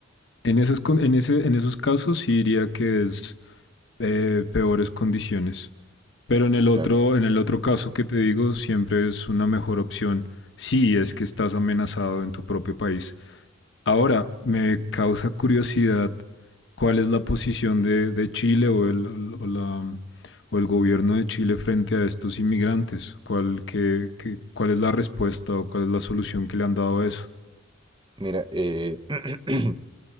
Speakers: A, on the left; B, on the right.
A: En esas, con- en ese, en esos casos sí diría que es eh, peores condiciones. Pero en el otro,
B: claro.
A: en el otro caso que te digo, siempre es una mejor opción si es que estás amenazado en tu propio país. Ahora, me causa curiosidad cuál es la posición de, de Chile o el, o la- o el gobierno de Chile frente a estos inmigrantes. ¿Cuál, qué- qué- cuál es la respuesta o cuál es la solución que le han dado a eso?
B: Mira, eh, <clears throat>